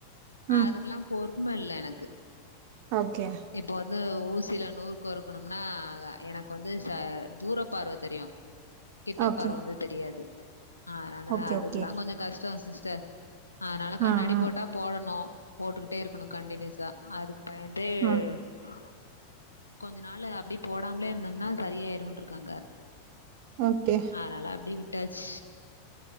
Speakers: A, on the right (about 45°); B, on the left (about 80°).
A: ம்
B: அதுக்கெல்லா பொறும இல்ல எனக்கு
A: ஓகே
B: இப்போ வந்து ஊசியில நூல் கோர்க்கணும்னா எனக்கு வந்து ச தூரப்பார்வ தெரியு கிட்டப்பார்வ
A: ஓகே
B: வந்து தெரியாது அதனால
A: ஓகே
B: அதுக்கெல்லா
A: ஓகே
B: கொஞ்சோ கஷ்டோ சிஸ்டர் அதனால கண்ணாடி
A: ஆ ஆ
B: போட்டா போடணு போட்டுகிட்டே இருக்கணு கண்டினுஸா அதுக்கு பயந்தே
A: ஆ
B: அ கொஞ்ச நாளு அப்டி போடாமலே இருந்தம்ன்னா சரியாயிடும்னு இருக்காங்க
A: ஓகே
B: அதனால அப்டியே வி விட்டாச்